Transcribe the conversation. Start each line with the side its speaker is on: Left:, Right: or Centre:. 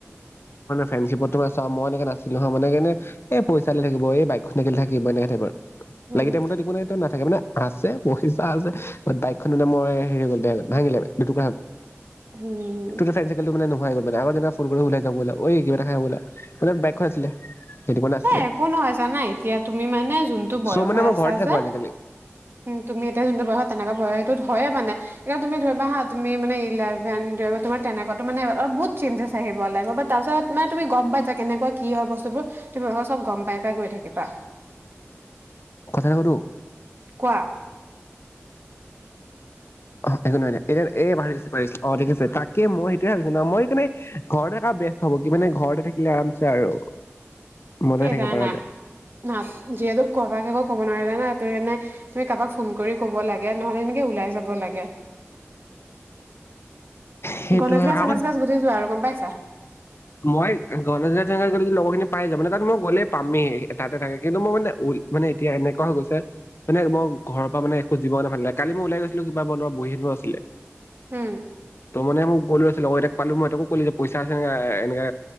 Left: ফ্ৰেনশ্বিপত তোমাৰ চা মই এনে নাছিলো হা মানে এনে এ পইচালৈ থাকিব এই এ বাইকখনে থাকিব এনেকে থাকিব আৰু
Right: উম
Left: লাগিতেই মুৰতাঁত একো নাই তোঁ নাথাকে না আছে পইচা আছে বাইকখনো ন মই হেৰি গল বেয়া গল। ভাঙিলে দুটু
Right: উম
Left: তুটো ফাই চেল ত মানে নু ই'ল মানে আগ ফোন কৰি ওলাই যাবলা এই কিবাটা খাই আহো ব'লা মানে বাইকখন আছিলে। সেইটো কাৰণে আছিলে
Right: এ একো নহয় জানা এতিয়া তুমি মানে যোনটো বয়সত
Left: চ' মানে মই
Right: আছা
Left: ঘৰতে থাকো
Right: যে।
Left: আজিকালি
Right: উম, তুমি এতিয়া যোনটো বয়সত তেনেকেয় টোত হয়ে মানে এতি তুমি ধ হা তুমি মানে ইলেভেন টোৱেলভত তোমাৰ তেনেকুৱাতো মানে অলপ বহুত চঞ্জেছ আহিব লাগিব তাৰপিছত মানে তুমি গম পাইছা কেনেকুৱা কি হয় বস্তুবোৰ তুমি চব গম পাই, পাই গৈ থাকিবা।
Left: সে কতো
Right: কোৱা।
Left: অ', একো নহয় নাই এতিয়া এই বাঢ়ি গৈছিল পাৰিছ অ', ঠিক আছে তাকে মই সেইটোৱে ভাবিছো ন' মই কাৰণে ঘৰতে থকা বস্তু হ'ব কি মানে ঘৰতে থাকিলে আৰামছে আৰু। মজাই
Right: এটা
Left: থাকিব পৰা
Right: নাত
Left: যায়
Right: নাত যিহেতু কবাকে একো ক'ব নোৱাৰি তা না ত কাৰণে তুমি কাৰোবাক ফোন কৰি ক'ব লাগ গে নহ'লে এনেকে ওলাই যাব লাগে।
Left: সেইটোৱে
Right: গণেশ গাছ
Left: আগত
Right: গনেশ গাছ গুচি ছোৱা আৰু গম পাইছ চা
Left: মই গণজনা চ লগৰখিনি পাই যাব মানে তাত মই গ'লেই পামেই তটাতে থাকে কিন্তু মই মে মানে এতিয়া এনেকুৱা হৈ গৈছে মানে ম ঘৰ মানেখোজিব নালাগে কাল মই ওলাই গৈছিলো কিবা মনো বহীখন আছি
Right: হম।
Left: ত মে ম গ'লে আছে লগতে পালো মই তকো ক'লো যেই আছে নে এ এনেকা